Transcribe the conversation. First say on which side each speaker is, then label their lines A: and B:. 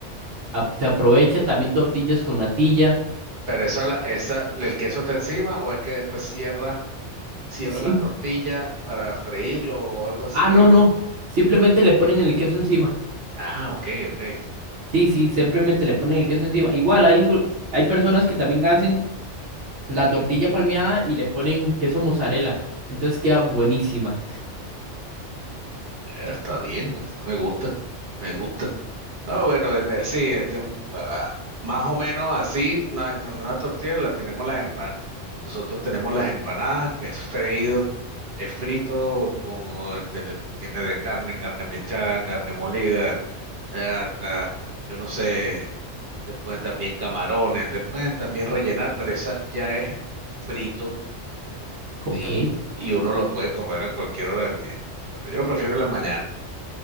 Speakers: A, on the right; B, on the right.
A: a- se aprovecha también tortillas con natilla.
B: Pero esa, la, esa, el queso está encima o es que después cierra, cierra
A: Siem-
B: la tortilla para freírlo o algo así.
A: ah, no,
B: o-
A: no, simplemente le ponen el queso encima.
B: Ah, ok, ok. Eh,
A: Sí, sí, simplemente le ponen el queso encima. Igual hay, u- hay personas que también hacen la tortilla palmeada y le ponen queso mozzarella. Entonces queda buenísima.
B: Está bien, eso me gusta, me gusta. Ah, bueno, em, eh, sí, este, ah, más o menos así, no es bueno, una tortilla, la tenemos las empanadas. Nosotros tenemos las empanadas, que es freído, es frito, con, este, le- tiene de carne, carne mechada, carne molida, eh, hasta, yo no sé, le pueden también camarones, le pueden también rellenar, pero esa ya es frito
A: Ok.
B: y, y uno lo puede comer a cualquier hora del día. Pero yo lo prefiero en la mañana.